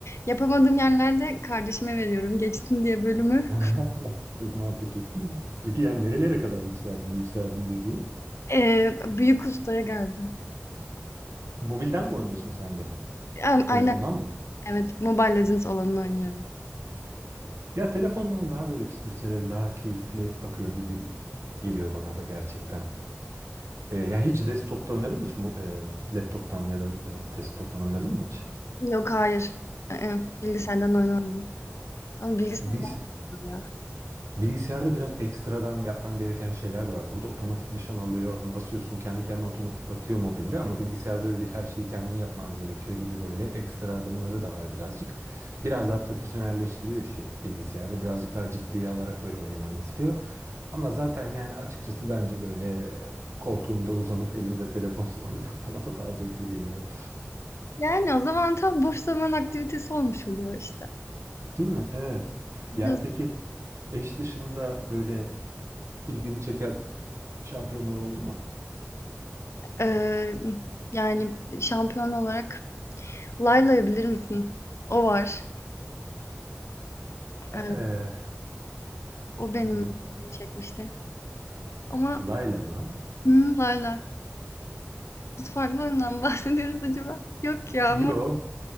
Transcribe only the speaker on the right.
<laughs> Çok mantıklı. Peki yani nerelere kadar yükseldin? Yükseldim dediğin.
Mobilden mi oynuyorsun sen de?
Telefondan mı?
Ya telefondan daha böyle çıtır çerez daha keyifli akıyor gibi geliyor bana da gerçekten. Ee, ya hiç desktop'ta oynadın mı hiç? Mu- e, laptop'tan ya da e, desktop'tan oynadın mı hiç?
Bilgis
Bilgisayarda biraz ekstradan yapman gereken şeyler de var. Burada otomatik nişan alıyor, basıyorsun kendi kendine otomatik atıyor mobilde ama bilgisayarda öyle değil. Her şeyi kendin yapman gerekiyor gibi böyle ekstra adımları da var birazcık. Biraz daha profesyonelleştiriyor işi bilgisayar ve birazcık daha ciddiye alarak böyle oynamanı istiyor. Ama zaten yani açıkçası bence böyle koltuğunda uzanıp elinde telefonla <laughs> oynamak bana da daha zevkli geliyor.
Değil mi? Evet.
Yani peki eş dışında böyle ilgini çeken şampiyonlar oldu mu?
Ee,
L-
Layla mı?
Yo.